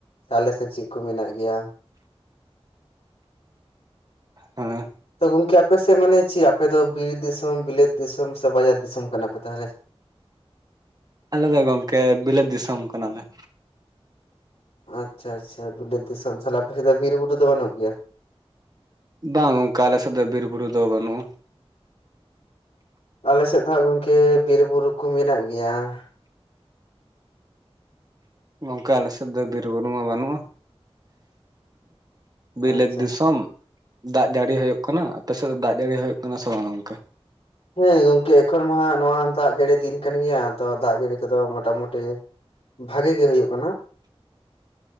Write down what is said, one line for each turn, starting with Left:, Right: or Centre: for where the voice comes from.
Left: ᱟᱞᱮᱥᱮᱫ ᱪᱮᱫ ᱠᱚ ᱢᱮᱱᱟᱜ ᱜᱮᱭᱟ?
Right: ᱦᱩᱸ
Left: ᱜᱚᱝᱠᱮ ᱟᱯᱮᱥᱮᱫ ᱢᱟᱱᱮ ᱪᱮᱫ ᱟᱯᱮ ᱵᱤᱨ ᱫᱤᱥᱚᱢ ᱵᱤᱞᱟᱹᱛ ᱫᱤᱥᱚᱢ ᱥᱮ ᱵᱟᱡᱟᱨ ᱫᱤᱥᱚᱢ ᱠᱟᱱᱟ ᱯᱮ ᱛᱟᱦᱚᱞᱮ?
Right: ᱟᱞᱮ ᱫᱚ ᱜᱚᱝᱠᱮ ᱵᱤᱞᱟᱹᱛ ᱫᱤᱥᱚᱢ ᱠᱟᱱᱟᱞᱮ ᱾
Left: ᱟᱪᱪᱷᱟ ᱟᱪᱪᱷᱟ ᱵᱤᱞᱟᱹᱛ ᱫᱤᱥᱚᱢ ᱥᱟᱞᱟᱜ ᱟᱯᱮ ᱥᱮᱫ ᱫᱚ ᱵᱤᱨ ᱵᱩᱨᱩ ᱫᱚ ᱵᱟᱹᱱᱩᱜ ᱜᱮᱭᱟ?
Right: ᱵᱟᱝ ᱜᱚᱝᱠᱮ ᱟᱞᱮᱥᱮᱫ ᱫᱚ ᱵᱤᱨ ᱵᱩᱨᱩ ᱫᱚ ᱵᱟᱹᱱᱩᱜᱼᱟ ᱾
Left: ᱟᱞᱮ ᱥᱮᱫ ᱫᱚ ᱦᱟᱸᱜ ᱜᱚᱝᱠᱮ ᱵᱤᱨ ᱵᱩᱨᱩ ᱠᱚ ᱢᱮᱱᱟᱜ ᱜᱮᱭᱟ ᱾
Right: ᱜᱚᱝᱠᱮ ᱟᱞᱮ ᱥᱮᱫ ᱫᱚ ᱵᱤᱨ ᱵᱩᱨᱩ ᱢᱟ ᱵᱟᱹᱱᱩᱜᱼᱟ᱾ ᱵᱤᱞᱟᱹᱛ
Left: ᱟᱪᱪᱷᱟ
Right: ᱫᱤᱥᱚᱢ ᱫᱟᱜ ᱡᱟᱹᱲᱤ ᱦᱩᱭᱩᱜ ᱠᱟᱱᱟ ᱟᱯᱮ ᱥᱮᱫ ᱫᱚ ᱫᱟᱜ ᱡᱟᱹᱲᱤ ᱦᱩᱭᱩᱜ ᱠᱟᱱᱟ ᱥᱮ ᱵᱟᱝ ᱜᱚᱝᱠᱮ?
Left: ᱦᱮᱸ ᱜᱚᱢᱠᱮ ᱮᱠᱷᱚᱱ ᱢᱟ ᱱᱚᱣᱟ ᱫᱟᱜ ᱡᱟᱹᱲᱤ ᱫᱤᱱ ᱠᱟᱱ ᱜᱮᱭᱟ ᱫᱟᱜ ᱡᱟᱹᱲᱤ ᱠᱚᱫᱚ ᱢᱚᱴᱟᱢᱩᱴᱤ ᱵᱷᱟᱜᱮ ᱜᱮ ᱨᱟᱹᱭᱩᱜ ᱠᱟᱱᱟ᱾